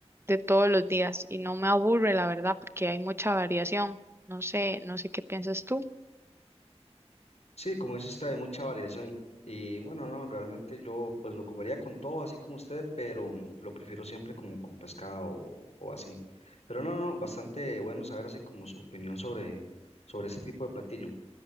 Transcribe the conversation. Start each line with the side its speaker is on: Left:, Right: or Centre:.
Right: de todos los días y no me aburre la verdad porque hay mucha variación. No sé, no sé qué piensas tú.
Left: Sí, como dice usted, hay mucha variación. Y bueno, no, realmente yo pues lo comería con todo, así como usted, pero mm, lo prefiero siempre como con pescado o, o así. Pero no, no, no, bastante bueno saber así como su opinión sobre, sobre ese tipo de platillo.